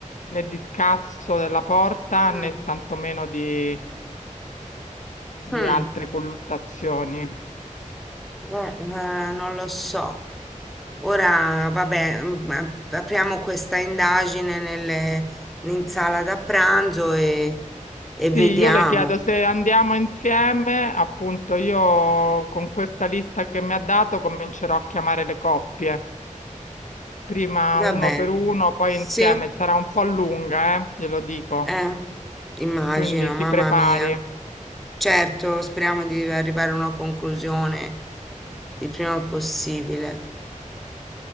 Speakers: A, on the left (about 65°); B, in the centre.
A: né di scasso della porta
B: mm,
A: né tantomeno di,
B: mm.
A: di altre colluttazioni.
B: Eh, eh, non lo so. Ora, vabbè, mm, ma- apriamo questa indagine nelle- in sala da pranzo e, e
A: Sì,
B: vediamo.
A: io le chiedo se andiamo insieme, appunto io con questa lista che mi ha dato comincerò a chiamare le coppie, prima
B: Va
A: uno
B: bene.
A: per uno, poi
B: Sì,
A: insieme, sarà un po' lunga, eh, glielo dico,
B: eh, immagino,
A: quindi
B: mamma
A: si prepari.
B: mia. Certo, speriamo di arrivare a una conclusione il prima possibile.